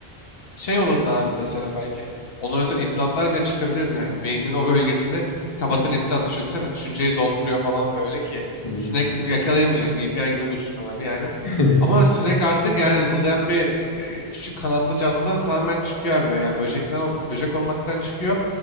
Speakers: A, on the left; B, on the left.
A: şey olurdu abi mesela belki. Ona özel implantlar bile çıkabilirdi yani. Beyninin o bölgesini kapatan implant düşünsene. Düşünceyi donduruyor falan böyle ki.
B: Hı hı.
A: Sinek yakalayamayacak. VPN gibi düşün abi yani.
B: <laughs>
A: Ama sinek artık yani zıldayan bir e, küçük kanatlı canlıdan tamamen çıkıyor abi. Yani böcekten, ol- böcek olmaktan çıkıyor.